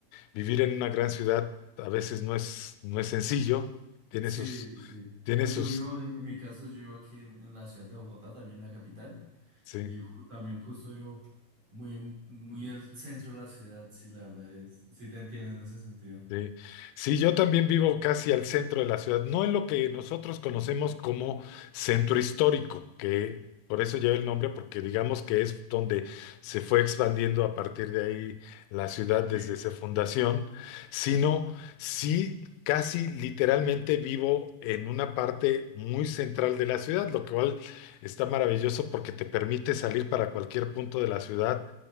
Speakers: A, on the left; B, on the right.
A: vivir en una gran ciudad a veces no es, no es sencillo. Tiene
B: Sí,
A: sus,
B: sí.
A: tiene
B: Pues
A: sus,
B: yo vivo, en, en mi caso, yo vivo aquí en, en la ciudad de Bogotá, también la capital,
A: sí.
B: y ju- también justo yo muy, muy el centro de la ciudad, sí, la verdad es, sí te entiendo en ese sentido.
A: Sí. Sí, yo también vivo casi al centro de la ciudad, no en lo que nosotros conocemos como centro histórico, que por eso lleva el nombre, porque digamos que es donde se fue expandiendo a partir de ahí la ciudad desde
B: Sí.
A: su fundación, sino sí casi literalmente vivo en una parte muy central de la ciudad, lo cual está maravilloso porque te permite salir para cualquier punto de la ciudad,